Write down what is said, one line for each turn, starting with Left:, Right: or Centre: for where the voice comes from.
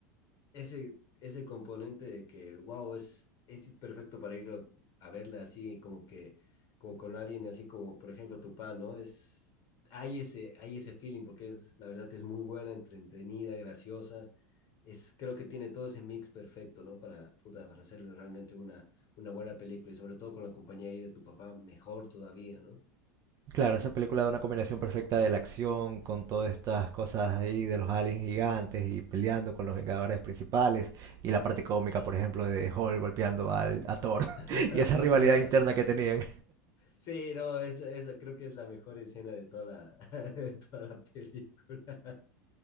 Left: ese, ese componente de que, wow, es, es perfecto para ir a, a verla así, como que, como con alguien así como, por ejemplo, Tupá, ¿no? Es, hay ese, hay ese feeling porque es, la verdad, es muy buena, entre- entretenida, graciosa es, creo que tiene todo ese mix perfecto, ¿no? Para, puta, para hacerle realmente una, una buena película y sobre todo con la compañía ahí de tu papá, mejor todavía, ¿no?
Right: Claro, esa película da una combinación perfecta de la acción con todas estas cosas ahí de los aliens gigantes y peleando con los Vengadores principales y la parte cómica, por ejemplo, de Hulk golpeando al, a Thor
Left: <laughs>
Right: <laughs> y esa rivalidad interna que tenían.
Left: Sí, no, esa, esa creo que es la mejor escena de toda la, <laughs> de toda la película.